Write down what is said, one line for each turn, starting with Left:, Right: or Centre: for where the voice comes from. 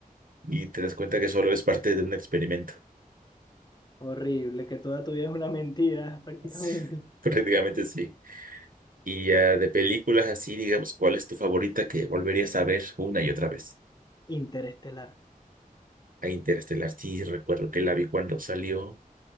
Right: y te das cuenta que solo es parte de un experimento.
Left: Horrible, que toda tu vida es una mentira, <laughs> prácticamente.
Right: <laughs> Prácticamente sí. Y ya de películas así, digamos, ¿cuál es tu favorita que volverías a ver una y otra vez?
Left: Interestelar.
Right: A Interestelar, sí, recuerdo que la vi cuando salió.